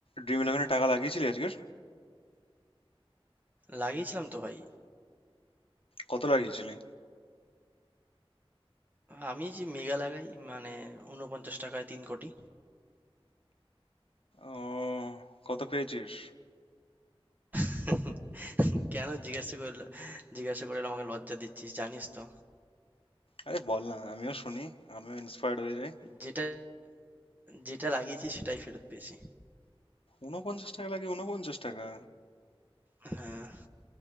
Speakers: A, on the left; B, on the right.
A: Dream ইলেভেনে টাকা লাগিয়েছিলি আজকের
B: লাগিয়েছিলাম তো ভাই
A: কত লাগিয়েছিলি
B: আমি যে মেগা লাগাই মানে উনপঞ্চাশ টাকায় তিন কোটি
A: ও কত পেয়েছিস
B: <laughs> কেন জিজ্ঞাসা করলো জিজ্ঞাসা করে আমাকে লজ্জা দিচ্ছিস জানিস তো
A: আরে বল না আমিও শুনি আমিও ইন্সপায়ার্ড হয়ে যাই
B: যেটা যেটা লাগিয়েছি সেটাই ফেরত পেয়েছি
A: ঊনপঞ্চাশ টাকা লাগে ঊনপঞ্চাশ টাকা
B: আহ,